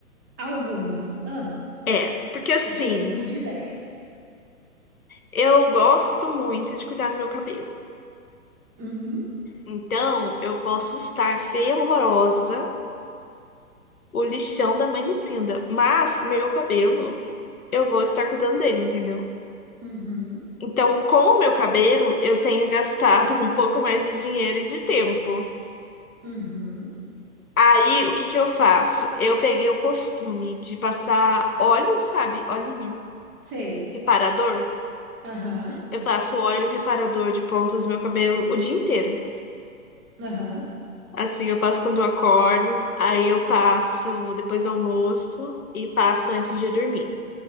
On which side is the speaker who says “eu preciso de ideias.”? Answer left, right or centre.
Right